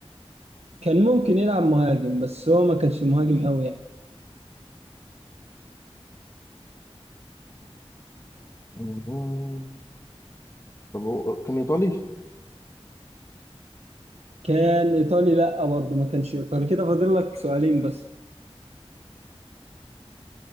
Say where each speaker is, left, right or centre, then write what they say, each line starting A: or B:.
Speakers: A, on the right (about 85°); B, on the left (about 30°).
A: كان ممكن يلعب مهاجم بس هو ما كانش مهاجم قوي يعني
B: آه. طب هو كان إيطالي؟
A: كان ايطالي لا برضه ما كانش ايطالي كده فاضل لك سؤالين بس